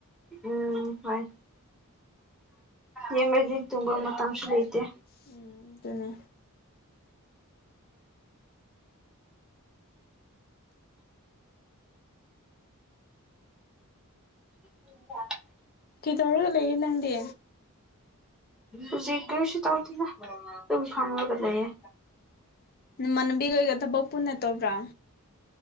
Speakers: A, in the centre; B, on the left.
A: ꯎꯝ ꯍꯣꯏ ꯌꯦꯡꯉꯗꯤ ꯇꯨꯡꯕ ꯃꯇꯥꯡꯁꯨ ꯂꯩꯇꯦ
B: ꯎꯝ ꯑꯗꯨꯅꯦ
A: ꯎ <unintelligible> <inaudible>
B: ꯀꯩꯗꯧꯔꯒ ꯂꯩꯌꯦ ꯅꯪꯗꯤ
A: ꯍꯧꯖꯤ ꯀꯩꯁꯤ ꯇꯥꯎꯅ ꯀ ꯈꯒ ꯂꯩꯦ
B: ꯎ ꯅꯨꯃꯥꯟꯅꯕꯤꯒ ꯑꯣꯏꯒ ꯊꯕꯛ ꯄꯨꯟꯅ ꯇꯧꯕ꯭ꯔꯥ